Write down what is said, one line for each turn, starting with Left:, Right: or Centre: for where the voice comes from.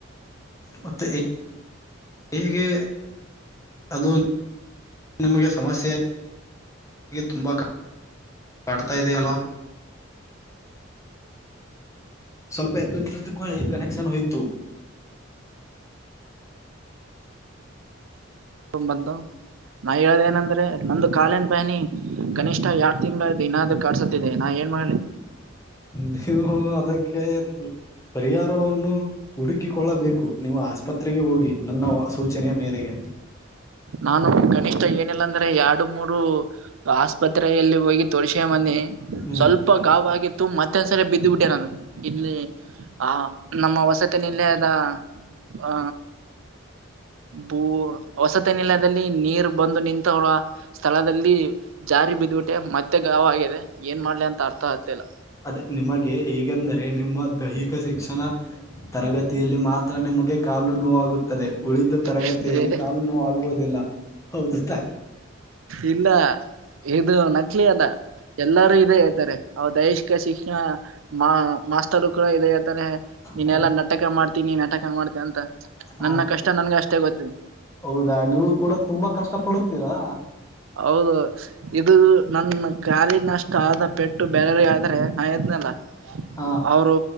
Left: ಮತ್ತುತ್ತೆ. ಹೇಗೆ ಅದು ನಿಮಗೆ ಸಮಸ್ಯೆ. ತುಂಬಾ ಕಷ್ಟ ಕಡ್ತಾ ಇದ ಅಲ್. ಸ್ವಲ್ಪ ಎದ್ದು ನಿಮಿಷ ತಕೊಳ್ಳಿ ಕನೆಕ್ಷನ್ ಹೋಯ್ತು.
Right: ತ ಬಂತ. ನಾವ ಹೇಳದಏನಂದ್ರೆ ನಂದು ಕಾಲಿನ ಬ್ಯಾನಿ ಕನಿಷ್ಠ ಯಾರ್ಡ್ ತಿಂಗಳ ಅದು ಇನಾದ್ ಕಾರ್ಸ ನಾ ಏನ್ ಮಾಡ್ಲಿ.
Left: ನೀವು ಅದಕ್ಕೆ ಪರಿಹಾರವನ್ನು. ಹುಡುಕಿಕೊಳ್ಳಬೇಕು ನೀವು ಆಸ್ಪತ್ರೆಗೆ ಹೋಗಿ ನನ್ನ ಸೂಚನೆ ಮೇರೆಗೆ.
Right: ನಾನು ಕನಿಷ್ಠ ಏನಿಲ್ಲಾಂದ್ರೆ ಎರಡು ಮೂರು. ಆಸ್ಪತ್ರೆಯಲ್ಲಿ ಹೋಗಿ ತೋರಿಸಿಕೊಂಡು ಬಂದೀನಿ.
Left: ಹ್ಮ್
Right: ಸ್ವಲ್ಪ ಗಾಬಗತ್ತು ಮತ್ತೆೊಂದ್ಸರಿ ಬಿದ್ದುಬಿಟ್ಟೆ ನಾನು ಇಲ್ಲಿ ಆ ನಮ್ಮ ವಸತಿ ನಿಲಯದ ಆ ಭೂ ವಸತಿ ನಿಲದಲ್ಲಿ ನೀರ್ ಬಂದು ನಿಂತ ಹರ ಸ್ಥಳದಲ್ಲಿ. ಜಾರಿ ಬಿದ್ಬಿಟ್ಟೆ ಮತ್ತೆ ಗಾವ ಆಗಿದೆ ಏನ್ ಮಾಡ್ಲಿ ಅಂತ ಅರ್ಥ ಆಗ್ತಿಲ್ಲ.
Left: ಅದ ನಿಮಗೆ ಹೇಗೆಂದರೆ ನಿಮ್ಮ ದೈಹಿಕ ಶಿಕ್ಷಣ ತರಗತಿಯಲ್ಲಿ ಮಾ ಹತ್ರ ನಿಮಗೆ ಕಾಲು ನೋವಾಗುತ್ತದೆ ಉಳಿದ ತರಗತಿಯಲ್ಲಿ
Right: ಆಗ್ತಿಲ್ಲ.
Left: ಕಾಲು ನೋವಾಗುವುದಿಲ್ಲ. ಹೌದು ತಾ
Right: ಇನ್ನ ಎದು ನಕ್ಲಿಯನ್ನ. ಎಲ್ಲಾರೂ ಇದೇ ಹೇಳ್ತಾರೆ ಅವ ದೈಹಿಕ ಶಿಕ್ಷಣ ಮಾ ಮಾಸ್ತರು ಕೂಡ ಇದದೆ ಹಳ್ತಾನೆ ನೀನೆೆಲ್ಲಾ
Left: ಹಾ
Right: ನಟಕ ಮಾಡ್ತೀನಿ ನಟ ಮಾಡ್ತೇ ಅಂತ
Left: ಹಾ
Right: ನನ್ನ ಕಷ್ಟ ನನ್ಗೆ ಅಷ್ಟೇ ಗೊತ್ತು.
Left: ಹೌದಾ ನೀವು ಕೂಡ ತುಂಬಾ ಕಷ್ಟ ಪಡುತ್ತೀರಾ.
Right: ಹೌದು ಇದು ನನ್ನ ಕಾಲಿನಷ್ಟು ಆದ ಪೆಟ್ಟು ಬರೆಯವಿಗೆ ಆದ್ರೆ ನಾ ಎದ್ನಲ್ಲ.
Left: ಹಾ
Right: ಅವರು